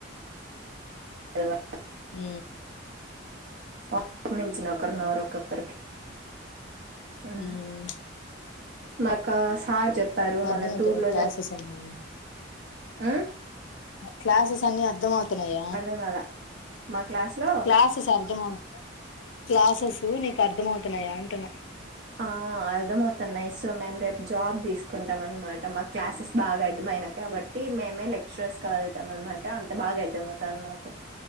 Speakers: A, on the right (about 50°); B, on the left (about 70°).
A: ఎలా
B: ఉ
A: ఆక్రమించిన ఒకరు నోరొక్కరికి ఉ
B: ఉమ్
A: మాకు సార్ చెప్పారు
B: అర్థమవుతున్నాయా
A: మళ్ళా టూర్ లో
B: క్లాసెస్ అన్ని
A: ఆ
B: క్లాసెస్ అన్ని అర్ధం అవుతు తన్నాయ
A: అర్థం కాల మా క్లాస్ లో
B: క్లాసెస్ అర్థమవుతాయి క్లాసెస్ నీకు అర్థం అవుతున్నాయా అంటున్నా
A: ఆ అర్థమవు తన్ నైస్ సో మ్యామ్ రేప్ జాబ్ తీసుకుంటాం అన్నమాట మ క్లాసెస్ బాగా అర్థమైనాయి కాబట్టి మేమే లెక్చరర్స్ కల్ ఇస్తాం అనమాట అంత బాగా అర్థమవుతాయి మాకు